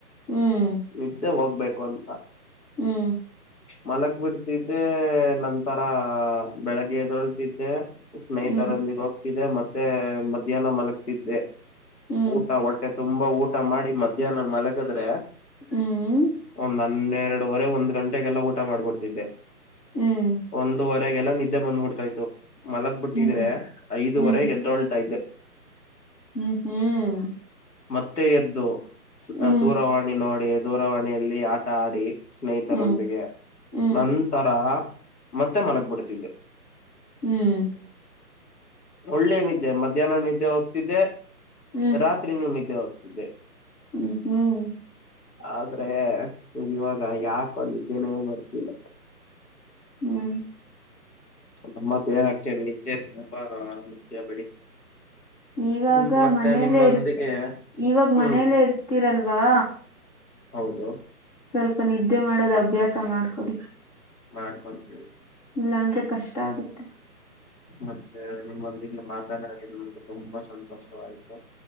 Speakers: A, on the left; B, on the left.
A: ಹ್ಮ್
B: ನಿದ್ದೆ ಹೋಗ್ಬೇಕು ಅಂತ.
A: ಹ್ಮ್.
B: ಮಲಗ್ ಬಿಡ್ತಿದ್ದೆ ನಂತರ ಬೆಳಗ್ಗೆ ಎದ್ದೋಳತ್ತಿದೆ. ಸ್ನೇಹಿತರೊಂದಿಗ
A: ಹ್ಮ್
B: ಹೋಗ್ತಿದ್ದೆ ಮತ್ತೆ ಮಧ್ಯಾಹ್ನ ಮಲಗ್ತಿದ್ದೆ.
A: ಹ್ಮ್
B: ಊಟ ಹೊಟ್ಟೆ ತುಂಬಾ ಊಟ ಮಾಡಿ ಮಧ್ಯಾಹ್ನ ಮಲಗದ್ರೆ.
A: ಹ್ಮ್
B: ಒಂದ್ ಹನ್ನೆರಡುವರೆ ಒಂದ್ ಗಂಟೆಗೆಲ್ಲ ಊಟ ಮಾಡ್ಬಿಡ್ತಿದ್ದೆ.
A: ಹ್ಮ್.
B: ಒಂದುವರೆಗೆಲ್ಲ ನಿದ್ದೆ ಬಂದ್ಬಿಡ್ತಾ ಇತ್ತು ಮಲಗ್ ಬಿಟ್ಟಿದ್ರೆ
A: ಹ್ಮ್
B: ಐದುವರೆ
A: ಹ್ಮ್
B: ಎದ್ದೋಳ್ತಾ ಇದ್ದೆ.
A: ಹ್ಮ್ ಹ್ಮ್.
B: ಮತ್ತೆ ಎದ್ದು
A: ಹ್ಮ್
B: ದೂರವಾಣಿ ನೋಡಿ ದೂರವಾಣಿಯಲ್ಲಿ ಆಟ ಆಡಿ. ಸ್ನೇಹಿತರೊಂದಿಗೆ
A: ಹ್ಮ್ ಹ್ಮ್
B: ನನ್ ನಂತರ ಮತ್ತೆ ಮಲಗ್ ಬಿಡ್ತಿದ್ದೆ.
A: ಹ್ಮ್ ಹ್ಮ್
B: ಒಳ್ಳೆ ನಿದ್ದೆ ಮ ಮಧ್ಯಾಹ್ನ ನಿದ್ದೆ ಹೋಗ್ತಿದ್ದೆ
A: ಹ್ಮ್
B: ರಾತ್ರಿನೂ ನಿದ್ದೆ ಹೋಗ್ತಿದ್ದಿದೆ.
A: ಹ್ಮ್ ಹ್ಮ್
B: ಆದ್ರೆ ಇವಾಗ ಯಾಕೋ ನಿದ್ದೆನೆ ಬರ್ತಿಲ್ಲ.
A: ಹ್ಮ.
B: ನಮ್ಮ ದೇಹಕ್ಕೆ ನಿದ್ದೆ ತುಂಬಾ ಮುಖ್ಯ ಬಿಡಿ.
A: ಇವಾಗ
B: ಹ್ಮ್ ಮತ್ತೆ
A: ಮನೆಯಲ್ಲೇ
B: ನಿಮ್ಮೊಂದಿಗೆ
A: ಇರ್ ಇವಾಗ
B: ಹ್ಮ್
A: ಮನೆಯಲ್ಲೇ ಇರ್ತೀರಲ್ವಾ.
B: ಹೌದು.
A: ಸ್ವಲ್ಪ ನಿದ್ದೆ ಮಾಡೋದು ಅಭ್ಯಾಸ ಮಾಡ್ಕೊಡಿ.
B: ಮಾಡ್ಕೊಂತೀನಿ.
A: ಇಲ್ಲ ಅಂದ್ರೆ ಕಷ್ಟ ಆಗತ್ತೆ.
B: ಮತ್ತೆ ನಿಮ್ಮೊಂದಿಗೆ ಮಾತಾನಾಡಿ ನಮ್ಗೆ ತುಂಬಾ ಸಂತೋಷವಾಯ್ತು.